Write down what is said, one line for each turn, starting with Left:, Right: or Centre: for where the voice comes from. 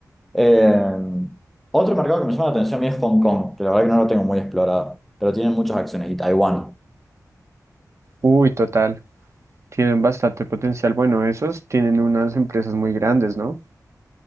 Centre: Eh, otro mercado que me llama la atención a mí es Hong Kong, que la verdad que no lo tengo muy explorado, pero tienen muchas acciones. Y Taiwán.
Right: Uy, total, tienen bastante potencial. Bueno, esos tienen unas empresas muy grandes, ¿no?